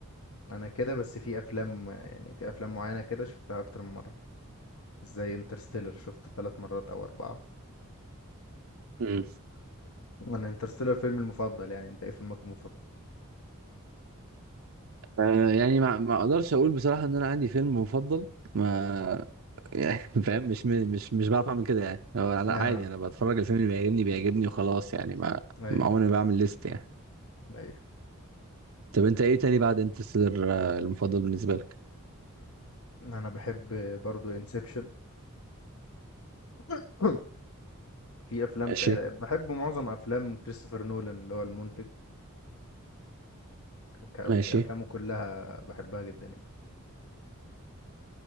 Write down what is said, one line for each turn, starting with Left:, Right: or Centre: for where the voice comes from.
Left: انا كده بس في افلام يعني في افلام معينه كده شفتها اكتر من مره زي انترستيلر شفته ثلاث مرات او اربعه
Right: مم.
Left: انا انترستيلر فيلمي المفضل يعني انت ايه فيلمك المفضل
Right: آه يعني ما ما اقدرش اقول بصراحة ان انا عندي فيلم مفضل ما يعني <laughs> فاهم مش مش مش بعرف اعمل كده يعني هو لا
Left: آه.
Right: عادي انا بتفرج الفيلم اللي بيعجبني بيعجبني وخلاص يعني ما
Left: اي
Right: ما عمري ما بعمل ليست يعني
Left: اي
Right: طب انت ايه تاني بعد انترستيلر آه، المفضل بالنسبه لك
Left: انا بحب برضو انسبشن <coughs> في افلام
Right: ماشي
Left: تق- بحب معظم افلام كريستوفر نولان اللي هو المنتج ك-
Right: ماشي
Left: افلامه كلها بحبها جدا